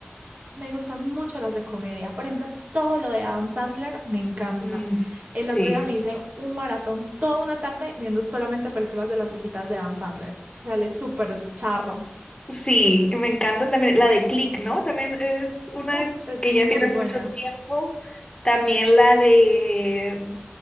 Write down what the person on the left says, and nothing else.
Mm,
sí.
Sí, y me encantan también. La de Click, ¿no? También es una
que
ya tiene
mucho tiempo. También la de